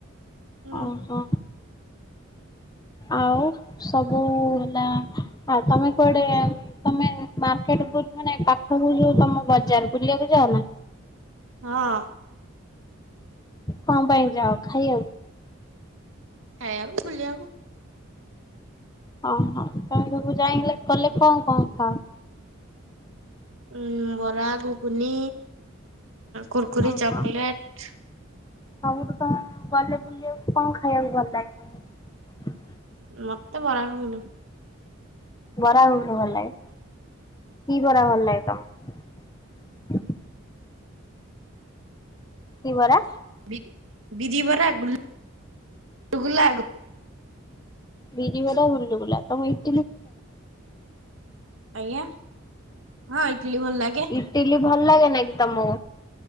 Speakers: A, on the right (about 70°); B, on the left (about 20°).
A: ହୁଁ
B: ଓ ହୋ। ଆଉ ସବୁ ହେଲା ଆ ତମେ କୁଆଡେ ତମେ ମାର ସେପଟୁ ମାନେ ପାଖକୁ ଯୋଉ ତମ ବଜାର ବୁଲିବାକୁ ଯାଅ ନା।
A: ହଁ।
B: କଣ ପାଇଁ ଯାଅ ଖାଇବାକୁ।
A: ଖାଇବାକୁ ବୁଲିବାକୁ।
B: ଓହୋ ତମେ ସବୁ ଯାଇଲେ ଗଲେ କଣ କଣ ଖାଅ।
A: ଉଁ ବରା ଘୁଗୁନି। କୁରୁକୁୁରୀ
B: ଓହୋ।
A: ଚକୋଲେଟ୍।
B: ସବୁଠୁ ତମକୁ ଗଲେ ବୁଲିବାକୁ କଣ ଖାଇବାକୁ ଭଲ ଲାଗେ ତମକୁ।
A: ମତେ ବରା ଘୁଗୁନି।
B: ବରା ଘୁଗୁନି ଭଲ ଲାଗେ। କି ବରା ଭଲ ଲାଗେ ତମକୁ। କିିବରା।
A: ବିରି ବିରିିବରା ଗୁଲୁଗୁଲା
B: ବିରି ବାର ଗୁଲୁଗୁଲା ତମକୁ ଇ
A: ଆଜ୍ଞା ହଁ ଇଟିଲି ଭଲ ଲାଗେ।
B: ଇଟିଲି ଭଲ ଲାଗେ ନାଇଁ କି ତମକୁ।